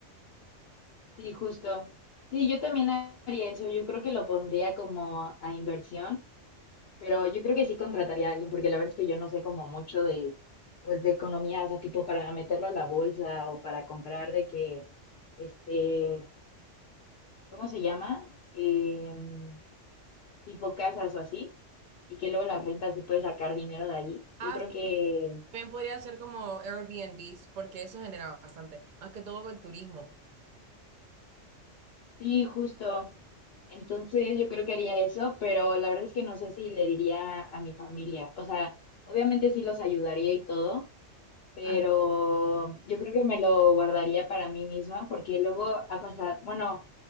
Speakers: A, on the left (about 60°); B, on the right (about 50°).
A: Sí, justo. Sí, yo también haría eso. Yo creo que lo pondría como a inversión, pero yo creo que sí contrataría a alguien, porque la verdad es que yo no sé como mucho de, pues, de economía, o sea, tipo para meterlo a la bolsa o para comprar de que, este, ¿cómo se llama? Em, tipo casas o así, y que luego las rentas sí puedes sacar dinero de ahí.
B: Ah,
A: Yo creo
B: sí,
A: que
B: también podría ser como Airbnbs, porque eso genera bastante, más que todo con el turismo.
A: Sí, justo. Entonces yo creo que haría eso, pero la verdad es que no sé si le diría a mi familia. O sea, obviamente sí los ayudaría y todo, pero
B: Ajá.
A: yo creo que me lo guardaría para mí misma porque luego ha pasado, bueno,